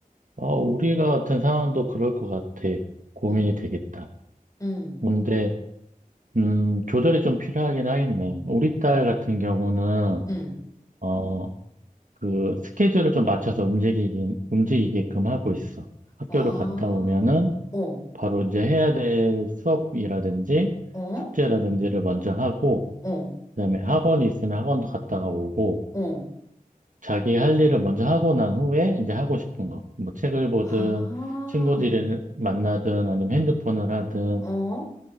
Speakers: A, on the right; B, on the left.
A: 아, 우리가 같은 상황도 그럴 것 같아. 고민이
B: 응
A: 되겠다.
B: 응
A: 근데, 음, 조절이 좀 필요하긴 하겠네. 우리 딸 같은 경우는,
B: 응
A: 어, 그, 스케줄을 좀 맞춰서 움직이긴, 움직이게끔 하고 있어. 학교를
B: 아,
A: 갔다 오면은,
B: 어,
A: 바로 이제 해야 될 수업이라든지,
B: 어,
A: 숙제라든지를 먼저 하고,
B: 어,
A: 그다음에 학원이 있으면 학원도 갔다가 오고
B: 어,
A: 자기 할 일을 먼저 하고 난 후에 이제 하고 싶은 거. 뭐 책을 보든
B: 아,
A: 친구들을 만나든 아니면 핸드폰을 하든
B: 어,